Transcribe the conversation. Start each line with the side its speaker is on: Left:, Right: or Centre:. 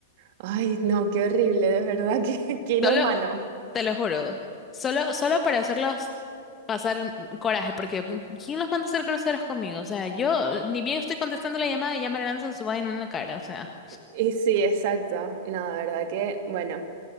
Right: Ay, no, qué horrible, de verdad, <laughs> que qué qué inhumano.
Left: Solo, te lo juro, solo, solo para hacerlos pasar coraje, porque ¿quién los manda a ser groseros conmigo? O sea, yo ni bien estoy contestando la llamada y ya me lanzan su vaina en la cara, o sea.
Right: Y sí, exacto. No, de verdad que, bueno,